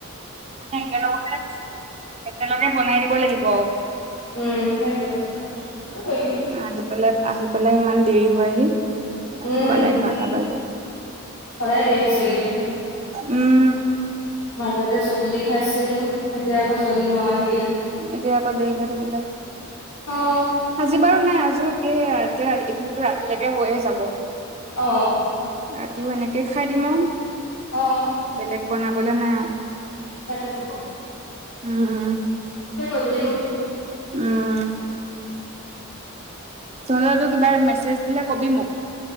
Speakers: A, on the right (about 30°); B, on the left (about 80°).
A: মানে একেলগতে একেলগে বনাই দিব লাগিব।
B: উম সেইটোৱে কি কৰিবি
A: আহি পেলাই আহি পেলাই ইমান দেৰি হয়হি! ভাত
B: উম
A: খোৱালে এঘাৰটা
B: সদায়
A: বাজে
B: দেৰি হৈছে এই কেইদিন।
A: উম।
B: মাজতে জল্দি খাইছিলো এতিয়া আকৌ জল্দি নোহোৱা হৈ থাকিলে।
A: এতিয়া আকৌ দেৰি হৈ থাকিলে।
B: অ
A: আজি বাৰু নাই আজি একে এতিয়া এইখিনিটো ৰাতিলেকে হৈয়ে যাব।
B: অ।
A: ৰাতিও এনেকে খাই দিম আ।
B: অ।
A: বেলেগ বনাবলে নাই আও।
B: তাকে টো।
A: উম উম।
B: সেইটোৱে কৰিব লাগিব।
A: উম। তহঁত তো এইবাৰ মেছেজ দিলে কবি মোক।